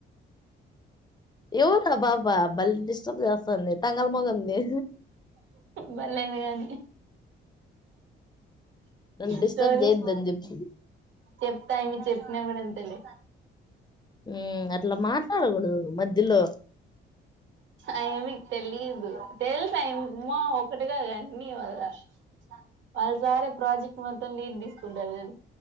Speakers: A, on the left; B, on the right.
A: ఎవర్రా బాబా భలే డిస్టర్బ్ చేస్తాంది. తంగల్ మొఖంది.
B: బల్లెన్ గానీ
A: నన్ను డిస్టర్బ్
B: స్టోరీస్
A: చేయొద్దని చెప్పి
B: చెప్తా ఇమి చెప్ నవరంతలు
A: ఉమ్ అట్లా మాట్లాడకూడదు మధ్యలో
B: ఆయమ్మికి తెలీయదు. తెలుసా ఆయమ్మికు అమ్మో ఒకటి గాదు అన్నీ మళ్ళా వాళ్ళ సారే ప్రాజెక్ట్ మొత్తం లీడ్ తీసుకుంటారు.